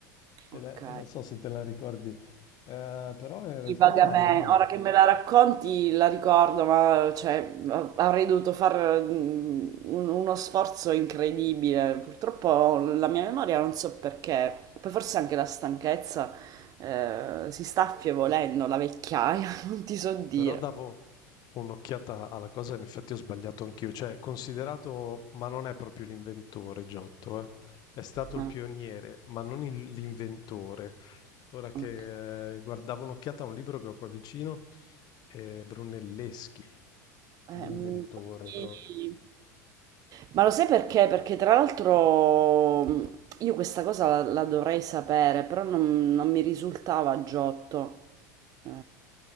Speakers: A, on the left; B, on the right.
A: Ed
B: Ok.
A: è, non so se te la ricordi, eh, però in realtà
B: Sì, Vagamente,
A: no.
B: ora che me la racconti la ricordo, ma cioè, a- avrei dovuto fare mm, un- uno sforzo incredibile. Purtroppo la mia memoria non so perché, poi forse anche la stanchezza eh, si sta affievolendo, la vecchiaia, <laughs> non ti so dire.
A: Però davo un'occhiata alla cosa, in effetti ho sbagliato anch'io, cioè è considerato, ma non è proprio l'inventore Giotto, eh. È stato il
B: Ah,
A: pioniere, ma non il- l'inventore. Ora che
B: ok.
A: eh, guardavo un'occhiata a un libro che ho qua vicino, eh, Brunelleschi,
B: Eh,
A: l'inventore
B: mm, infatti-
A: proprio.
B: Ma lo sai perché? Perché tra l'altro mm, io questa cosa la, la dovrei sapere, però non, non mi risultava Giotto. Eh.